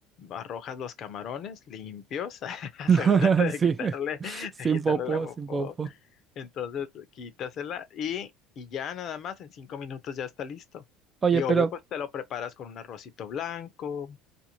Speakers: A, on the left (about 50°); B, on the right (about 20°).
A: arrojas los camarones limpios, <laughs> asegúrate
B: <laughs>
A: de
B: sí,
A: quitarle,
B: <laughs>
A: de
B: sin
A: quitarle
B: popo,
A: la popó
B: sin popo.
A: entonces, quítasela y, y ya nada más, en cinco minutos ya está listo.
B: Oye,
A: Y
B: pero
A: obvio, pues te lo preparas con un arrocito blanco.